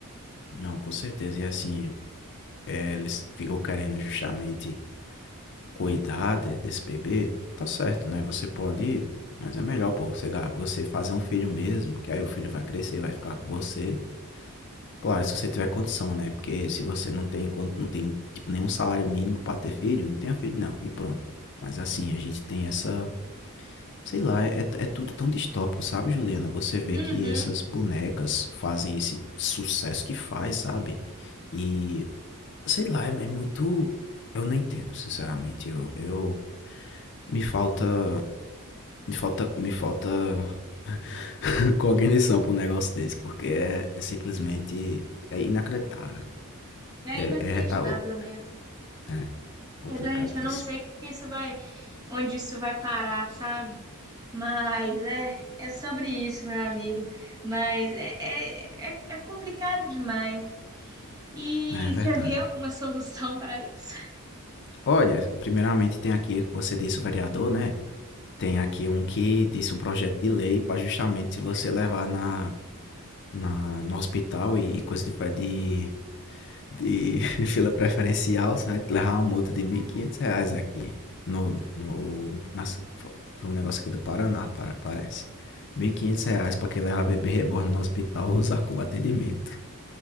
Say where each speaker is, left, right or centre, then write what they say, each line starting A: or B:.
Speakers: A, on the left (about 55°); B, on the right (about 15°).
A: Não, com certeza. E assim, é, eles ficam querendo justamente cuidar de- desse bebê. Tá certo, né? Você pode ir, mas é melhor, pô, você, ga- você fazer um filho mesmo, que aí o filho vai crescer, vai ficar com você. Claro, se você tiver condição, né, porque se você não tem quando não tem, tipo, nenhum salário mínimo pra ter filho, não tenha filho não, e pronto. Mas assim, a gente tem essa sei lá, é é é tudo tão distópico, sabe, Juliana? Você vê
B: Uhum,
A: que essas bonecas fazem esse sucesso que faz, sabe? E sei lá, é é muito eu não entendo, sinceramente, eu eu me falta me falta me falta <laughs> cognição pra um negócio desse, porque é é simplesmente é inacreditável.
B: é
A: É
B: inacreditável
A: é retal
B: mesmo.
A: É, complicadíssimo.
B: É doente, eu não sei que que isso vai, onde isso vai parar, sabe? Mas é, é sobre isso, meu amigo. Mas é, é, é, é complicado demais. E
A: É
B: você
A: verdade.
B: vê alguma solução para isso?
A: Olha, primeiramente tem aqui que você disse o vereador, né? Tem aqui um que disse um projeto de lei para justamente se você levar na, na, no hospital e, e coisa de, fa- de, de <laughs> fila preferencial, você vai levar uma multa de 1.500 reais aqui no, no, nas- fo- foi um negócio aqui do Paraná, para, parece. mil e quinhentos reais para quem levar bebê reborn no hospital <laughs> usar como atendimento.